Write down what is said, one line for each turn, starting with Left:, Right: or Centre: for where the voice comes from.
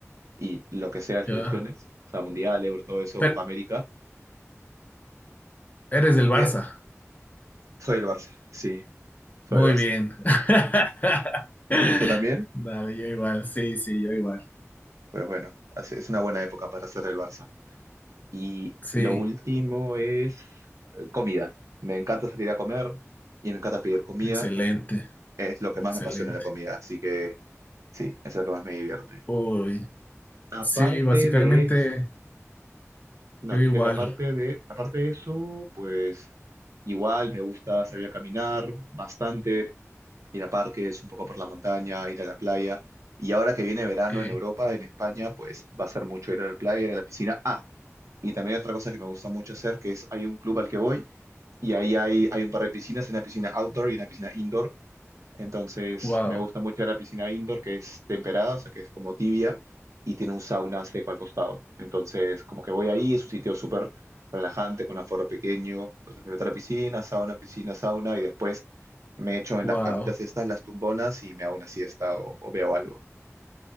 Right: y lo que sea de selecciones,
Left: ya.
Right: o sea, Mundial, Euro, todo eso,
Left: Pero
Right: Copa América.
Left: eres del Barça.
Right: Bien, soy del Barça, sí, soy
Left: Muy
Right: del Barça.
Left: bien. <laughs>
Right: ¿Tú también?
Left: Dale, yo igual. Sí, sí, yo igual.
Right: Pues bueno, hace- es una buena época para ser del Barça. Y
Left: Sí,
Right: lo último es eh, comida. Me encanta salir a comer y me encanta pedir comida.
Left: excelente,
Right: Es lo que
Left: excelente.
Right: más me apasiona la comida, así que sí, es lo que más me divierte.
Left: Uy,
Right: Aparte
Left: sí, básicamente
Right: de eso, no,
Left: yo igual.
Right: te decía que aparte de, aparte de eso, pues igual me gusta salir a caminar bastante, ir a parques, un poco por la montaña, ir a la playa. Y ahora que viene verano
Left: Ok,
Right: en Europa, en España, pues va a ser mucho ir a la playa, ir a la piscina. Ah, y también hay otra cosa que me gusta mucho hacer, que es hay un club al que voy y ahí hay, hay un par de piscinas, una piscina outdoor y una piscina indoor. Entonces
Left: wow,
Right: me gusta mucho la piscina indoor, que es temperada, o sea, que es como tibia y tiene un sauna seco al costado. Entonces, como que voy ahí, es un sitio súper relajante, con aforo pequeño. Entonces me meto a la piscina, sauna, piscina, sauna y después me echo en
Left: wow.
Right: las camitas estas, las tumbonas, y me hago una siesta o, o veo algo.